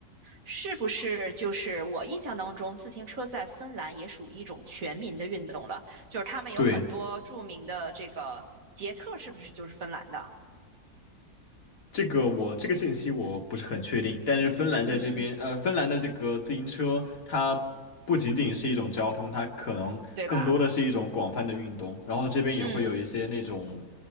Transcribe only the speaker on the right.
是不是就是我印象当中，自行车在芬兰也属于一种全民的运动了？就是他们有很多著名的这个捷特，
是不是就是芬兰的？
嗯，
对吧？
嗯。